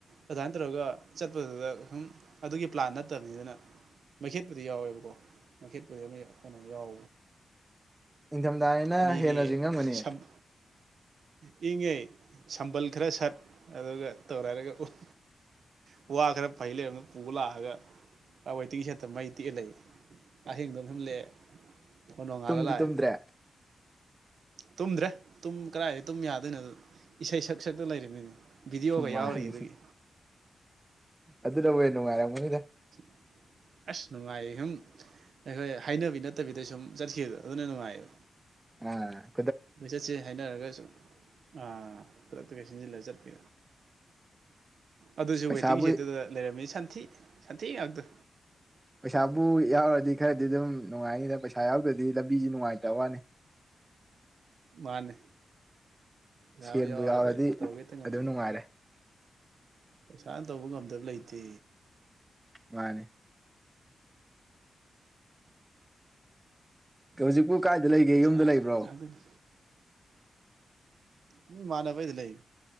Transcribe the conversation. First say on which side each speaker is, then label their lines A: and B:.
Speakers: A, on the right; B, on the right.
A: ꯑꯗꯨꯃꯥꯏꯅ ꯇꯧꯔꯒ ꯆꯠꯄꯗꯨꯗ ꯁꯨꯝ ꯑꯗꯨꯒꯤ ꯄ꯭ꯂꯥꯟ ꯅꯠꯇꯕꯅꯤ ꯑꯗꯨꯅ ꯃꯩꯈꯦꯠꯄꯨꯗꯤ ꯌꯥꯎꯋꯦꯕꯀꯣ꯫ ꯃꯩꯈꯦꯠꯄꯨꯗꯤ ꯑꯃ ꯀꯩꯅꯣ ꯌꯥꯎ
B: ꯅꯤꯡꯊꯝꯊꯥꯅꯤꯅ
A: ꯃꯤꯒꯤ
B: ꯍꯦꯟꯅꯁꯨ ꯏꯪꯉꯝꯒꯅꯤ꯫
A: ꯁꯝ ꯏꯪꯉꯦ ꯁꯝꯕꯜ ꯈꯔ ꯁꯠ ꯑꯗꯨꯒ꯫ ꯇꯧꯔꯦꯍꯥꯏꯔꯒ ꯎꯍ <unintelligible> ꯋꯥ ꯈꯔ ꯐꯩꯂꯩꯔꯝ ꯄꯨ ꯂꯥꯛꯑꯒ ꯋꯦꯇꯤꯡꯒꯤ ꯁꯦꯠꯇ ꯃꯩ ꯇꯦꯛꯑ ꯂꯩ ꯑꯍꯤꯡꯗꯨꯃꯁꯨꯝ ꯂꯦꯛ ꯅꯣꯡꯉꯥꯜꯂ
B: ꯇꯨꯝꯗꯤ
A: ꯂꯥꯑꯦ꯫
B: ꯇꯨꯝꯗ꯭ꯔꯦ
A: ꯇꯨꯝꯗ꯭ꯔꯦ ꯇꯨꯝ ꯀꯔꯥꯏꯗ ꯇꯨꯝ ꯌꯥꯗꯣꯏꯅꯣ ꯏꯁꯩ ꯁꯛ ꯁꯛꯇ ꯂꯩꯔꯤꯝꯅꯤꯅꯦ꯫ ꯚꯤꯗꯤꯑꯣꯒ
B: ꯃꯥꯅꯤ
A: ꯌꯥꯎꯔꯤ ꯑꯗꯨꯒꯤ꯫
B: ꯑꯗꯨꯅꯕꯨ ꯍꯦꯟ ꯅꯨꯡꯉꯥꯏꯔꯝꯒꯅꯤꯗ꯫
A: <inaudible> ꯑꯁ ꯅꯨꯡꯉꯥꯏ ꯁꯨꯝ ꯑꯩꯈꯣꯏ ꯍꯥꯏꯅꯕꯤ ꯅꯠꯇꯕꯤꯗ ꯁꯨꯝ ꯆꯠꯈꯤꯗꯨ ꯑꯗꯨꯅ ꯅꯨꯡꯉꯥꯏꯌꯦ꯫
B: ꯑ꯫
A: ꯂꯣꯏꯆꯠꯁꯦ ꯍꯥꯏꯅꯔꯒꯁꯨ ꯑꯥ ꯈꯨꯗꯛꯇꯒ ꯁꯤꯟꯖꯤꯜꯂꯒ ꯆꯠꯄꯤ ꯑꯗꯨꯁꯨ
B: ꯑꯁ ꯄꯩꯁꯥꯕꯨ
A: ꯋꯦꯇꯤꯡ ꯁꯦꯠꯇꯨꯗ ꯂꯩꯔꯝꯃꯤꯁꯤ ꯁꯟꯊꯤ꯫ ꯁꯟꯊꯤꯉꯥꯛꯇ꯫
B: ꯄꯩꯁꯥꯕꯨ ꯌꯥꯎꯔꯗꯤ ꯈꯔꯗꯤ ꯑꯗꯨꯝ ꯅꯨꯡꯉꯥꯏꯅꯤꯗ ꯄꯩꯁꯥ ꯌꯥꯎꯗꯗꯤ ꯂꯝꯕꯤꯁꯤ ꯅꯨꯡꯉꯥꯏ <unintelligible>
A: ꯃꯥꯅꯦ꯫ ꯄꯩꯁꯥꯕꯨ
B: ꯁꯦꯜꯕꯨ ꯌꯥꯎꯔꯗꯤ
A: ꯇꯧꯒꯦ ꯍꯦꯛꯇ ꯉꯝꯃꯤꯅꯦ
B: ꯑꯗꯨꯝ ꯅꯨꯡꯉꯥꯏꯔꯦ꯫
A: ꯄꯩꯁꯥꯅ ꯇꯧꯕ ꯉꯝꯗꯕ ꯂꯩꯇꯦ꯫
B: ꯃꯥꯅꯦ꯫ ꯍꯧꯖꯤꯛꯄꯨ ꯀꯥꯏꯗ ꯂꯩꯒꯦ
A: ꯄꯩꯁꯥ
B: ꯌꯨꯝꯗ ꯂꯩꯕ꯭ꯔꯣ꯫
A: ꯉꯥꯛꯇꯅꯤ ꯎ ꯃꯥꯅꯕꯩꯗ ꯂꯩ꯫